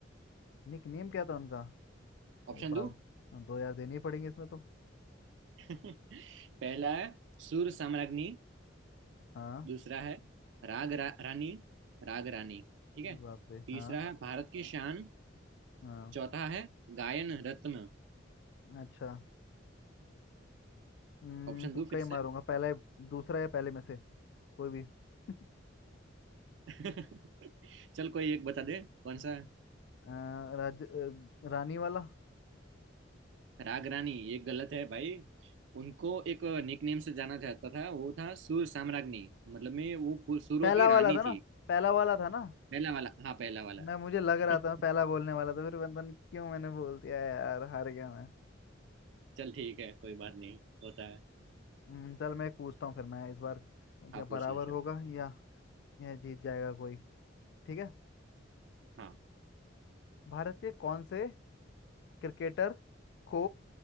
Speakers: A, on the left (about 60°); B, on the right (about 70°).
A: निक नेम क्या था उनका
B: ऑप्शन
A: अरे बाप
B: दो
A: हाँ, दो यार देनी पड़ेंगे इसमें तो
B: <laughs> पहला है सुर साम्राज्ञी
A: हाँ
B: दूसरा है राग रा, रानी राग रानी ठीक
A: अरे
B: है
A: बाप रे
B: तीसरा
A: हाँ
B: है भारत की है शान
A: हाँ
B: चौथा है गायन रत्न
A: अच्छा हम्म,
B: ऑप्शन
A: तुक्का
B: दो फिर
A: ही
B: से
A: मारूंगा पहला या- दूसरा या पहले में से कोई भी <laughs>
B: <laughs> चल कोई एक बता दे कौन सा है?
A: अ, राज अ, रानी वाला
B: राग रानी ये गलत है भाई उनको एक निकनेम से जाना जाता था वो था सुर साम्राज्ञी मतलब में वो पु- सुरों
A: पहला
B: की
A: वाला
B: रानी
A: था ना
B: थी
A: पहला वाला था ना
B: पहला वाला हाँ पहला वाला
A: मैं मुझे लग
B: <laughs>
A: रहा था मैं पहला बोलने वाला था फिर पता नहीं क्यों मैंने बोल दिया यार हार गया मैं
B: चल ठीक है कोई बात नहीं होता है
A: हम्म, चल मैं एक पूछता हूँ फिर मैं इस बार
B: हाँ
A: या बराबर
B: पूछ ले चल
A: होगा या या जीत जाएगा कोई ठीक है
B: हाँ
A: भारत के कौन से क्रिकेटर को